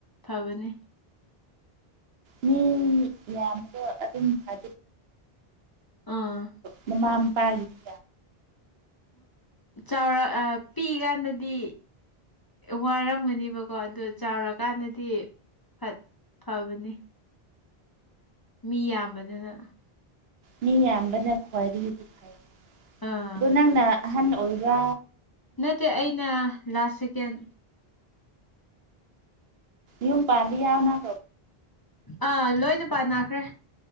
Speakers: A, on the left; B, on the right.
A: ꯐꯕꯅꯦ
B: ꯃꯤ ꯌꯥꯗ ꯑꯗꯨꯝ ꯑ
A: ꯑꯥ
B: ꯃꯃꯥ ꯃꯄꯥꯒꯤꯗꯤ
A: ꯆꯥꯎꯔ ꯄꯤꯛꯏꯀꯥꯟꯗꯗꯤ ꯋꯥꯔꯝꯒꯅꯦꯕꯀꯣ ꯑꯗꯨ ꯆꯥꯎꯔꯀꯥꯟꯗꯗꯤ ꯐꯠ ꯐꯕꯅꯤ ꯃꯤ ꯌꯥꯝꯕꯗꯨꯅ
B: ꯃꯤ ꯌꯥꯝꯕꯅ ꯈ꯭ꯋꯥꯏꯗꯒꯤꯗꯤ ꯐꯩ
A: ꯑꯥ
B: ꯑꯗꯣ ꯅꯪꯅ ꯑꯍꯟ ꯑꯣꯏꯕ
A: ꯅꯠꯇꯦ ꯑꯩꯅ ꯂꯥꯁ ꯁꯦꯀꯦꯟ
B: ꯌ ꯄꯥꯕꯤ ꯌꯥꯎꯅ
A: ꯑꯥ ꯂꯣꯏꯅ ꯄꯥꯟ ꯅꯥꯈ꯭ꯔꯦ